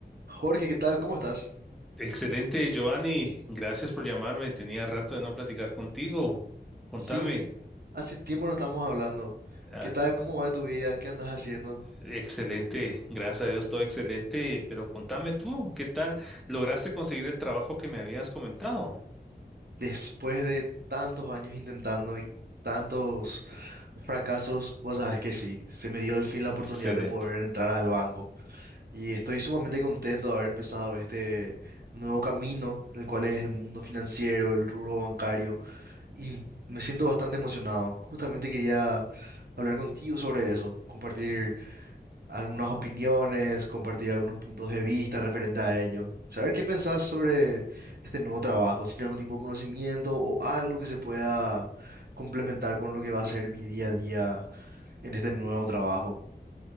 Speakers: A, on the right; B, in the centre.
A: Jorge, ¿qué tal? ¿Cómo estás?
B: Excelente, Giovanni. Gracias por llamarme. Tenía rato de no platicar contigo. Contame.
A: Sí, hace tiempo no estamos hablando.
B: Ah,
A: ¿Qué tal? ¿Cómo va tu vida? ¿Qué andas haciendo?
B: excelente. Gracias a Dios, todo excelente. Pero contame tú, ¿qué tal? ¿Lograste conseguir el trabajo que me habías comentado?
A: Después de tantos años intentando y tantos fracasos, vos sabes que sí, se me dio al fin la oportunidad
B: Excelente.
A: de poder entrar al banco. Y estoy sumamente contento de haber empezado este nuevo camino, el cual es el mundo financiero, el rubro bancario. Y me siento bastante emocionado. Justamente quería hablar contigo sobre eso, compartir algunas opiniones, compartir algunos puntos de vista referente a ello. Saber qué pensás sobre este nuevo trabajo, si tienes algún tipo de conocimiento o algo que se pueda complementar con lo que va a ser mi día a día en este nuevo trabajo.